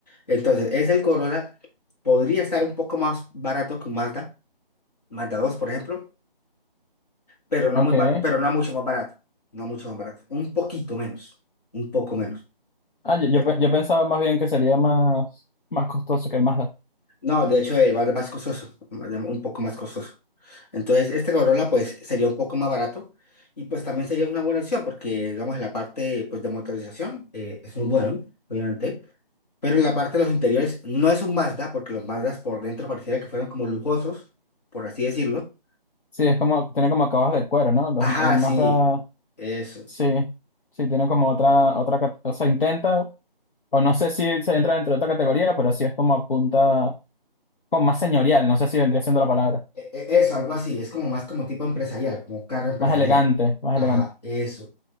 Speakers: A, on the left; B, on the left.
A: Entonces, es el Corolla, podría estar un poco más barato que un Mazda, Mazda dos, por ejemplo pero no
B: Ok.
A: muy bar- pero no mucho más barato, no mucho más barato, un poquito menos, un poco menos.
B: Ah, yo, yo,
A: Eh,
B: pe- yo pensaba más bien que sería más, más costoso que el Mazda.
A: no, de hecho, eh, va a ser más costoso, más de- un poco más costoso. Entonces, este Corolla, pues, sería un poco más barato y, pues, también sería una buena opción porque, digamos, en la parte, pues, de motorización eh, es muy bueno, obviamente, pero en la parte de los interiores no es un Mazda porque los Mazdas por dentro pareciera que fueran como lujosos, por así decirlo.
B: Sí, es como, tiene como acabados de cuero, ¿no? Los-
A: Ajá,
B: el Mazda,
A: sí, eso.
B: sí, sí, tiene como otra, otra, cate- o sea, intenta, o no sé si se entra dentro de otra categoría, pero sí es como apunta, como más señorial, no sé si vendría siendo la palabra,
A: E- e- Eso, algo así, es como más como tipo empresarial, como carro empresarial.
B: más elegante, más
A: Ajá,
B: elegante.
A: eso.